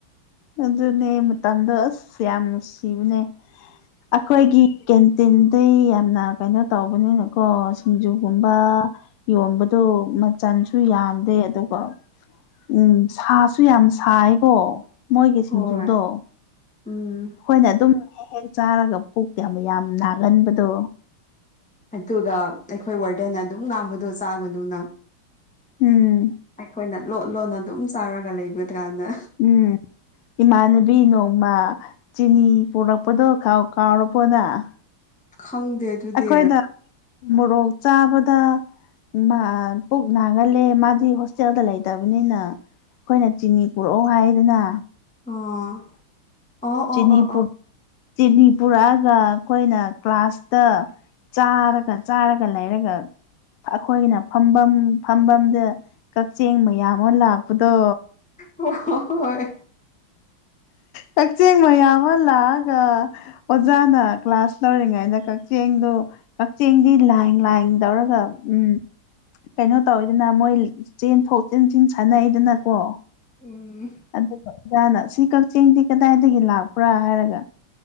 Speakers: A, on the left; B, in the centre.
A: ꯑꯗꯨꯅꯦ ꯃꯇꯝꯗꯣ ꯑꯁ ꯌꯥꯝ ꯅꯨꯡꯁꯤꯕꯅꯦ ꯑꯩꯈꯣꯏꯒꯤ ꯀꯦꯟꯇꯤꯟꯗꯩ ꯌꯥꯝꯅ ꯀꯩꯅꯣ ꯇꯧꯕꯅꯤꯅꯀꯣ ꯁꯤꯡꯖꯨꯒꯨꯝꯕ ꯌꯣꯟꯕꯗꯣ ꯃꯆꯟꯁꯨ ꯌꯥꯝꯗꯦ ꯑꯗꯨꯒ ꯎꯝ ꯁꯥꯁꯨ ꯌꯥꯝ ꯁꯥꯏꯀꯣ ꯃꯣꯏꯒꯤ ꯁꯤꯡꯖꯨꯗꯣ
B: ꯍꯣꯏ ꯎꯝ
A: ꯑꯩꯈꯣꯏꯅ ꯑꯗꯨꯝ ꯍꯦꯛ ꯍꯦꯛ ꯆꯥꯔꯒ ꯄꯨꯛꯛꯇꯤ ꯌꯥꯝ ꯌꯥꯝ ꯅꯥꯒꯟꯕꯗꯣ
B: ꯑꯗꯨꯒ ꯑꯩꯈꯣꯏ ꯋꯥꯔꯗꯦꯟ ꯑꯗꯨꯝ ꯉꯥꯡꯕꯗꯣ ꯆꯥꯒꯅꯨꯅ
A: ꯎꯝ
B: ꯑꯩꯈꯣꯏꯅ ꯂꯣꯠ ꯂꯣꯟꯅ ꯑꯗꯨꯝ ꯆꯥꯔꯒ ꯂꯩꯕꯗ꯭ꯔꯥꯅ
A: ꯎꯝ ꯏꯃꯥꯟꯅꯕꯤ ꯅꯣꯡꯃ ꯆꯤꯅꯤ ꯄꯨꯔꯛꯄꯗꯣ ꯀꯥꯎꯔꯕꯣ ꯅꯪ
B: ꯈꯪꯗꯦ ꯑꯗꯨꯗꯤ
A: ꯑꯩꯈꯣꯏꯅ ꯃꯣꯔꯣꯛ ꯆꯥꯕꯗ ꯃꯥ ꯄꯨꯛ ꯅꯥꯒꯜꯂꯦ ꯃꯥꯗꯤ ꯍꯣꯁꯇꯦꯜꯗ ꯂꯩꯇꯕꯅꯤꯅ ꯑꯩꯈꯣꯏꯅ ꯆꯤꯅꯤ ꯄꯨꯔꯛꯑꯣ ꯍꯥꯏꯌꯦꯗꯅ
B: ꯑꯣ
A: ꯆꯤꯅꯤꯄꯨ
B: ꯑꯣ ꯑꯣ ꯑꯣ
A: ꯆꯤꯅꯤꯄꯨꯔꯛꯑꯒ ꯑꯩꯈꯣꯏꯅ ꯀ꯭ꯂꯥꯁꯇ ꯆꯥꯔꯒ ꯆꯥꯔꯒ ꯂꯩꯔꯒ ꯑꯩꯈꯣꯏꯒꯤꯅ ꯐꯝꯕꯝ ꯐꯝꯕꯝꯗ ꯀꯛꯆꯤꯡ ꯃꯌꯥꯝ ꯑꯃ ꯂꯥꯛꯄꯗꯣ
B: ꯍꯣ ꯍꯣꯏ
A: ꯀꯛꯆꯤꯡ ꯃꯌꯥꯝ ꯑꯃ ꯂꯥꯛꯑꯒ ꯑꯣꯖꯥꯅ ꯀ꯭ꯂꯥꯁ ꯇꯧꯔꯤꯉꯩꯗ ꯀꯛꯆꯤꯡꯗꯨ ꯀꯛꯆꯤꯡꯗꯤ ꯂꯥꯏ ꯂꯥꯏ ꯇꯧꯔꯒ ꯎꯝ ꯀꯩꯅꯣ ꯇꯧꯋꯤꯗꯅ ꯃꯣꯏ ꯆꯦꯟꯊꯣꯛ ꯆꯦꯟꯆꯤꯜ ꯁꯥꯟꯅꯩꯗꯅꯀꯣ
B: ꯎꯝ
A: ꯑꯗꯨꯒ ꯑꯣꯖꯥꯅ ꯁꯤ ꯀꯛꯆꯤꯡꯗꯤ ꯀꯗꯥꯏꯗꯒꯤ ꯂꯥꯛꯄ꯭ꯔꯥ ꯍꯥꯏꯔꯒ